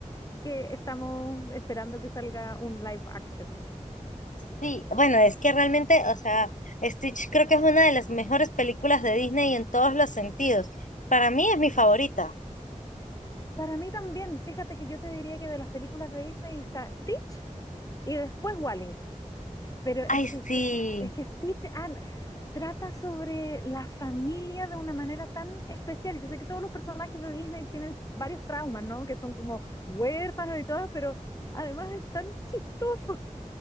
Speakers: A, on the left; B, on the left.
A: que estamos esperando que salga un live action.
B: sí, bueno, es que realmente, o sea, Stitch creo que es una de las mejores películas de Disney en todos los sentidos. Para mí es mi favorita.
A: Para mí también, fíjate que yo te diría que de las películas de Disney está Stitch y después Wally. Pero es
B: Ay,
A: que,
B: sí.
A: es que Stitch ah, trata sobre la familia de una manera tan especial. Yo sé que todos los personajes de Disney tienen varios traumas, ¿no? Que son como huérfanos y todo, pero además es tan chistoso.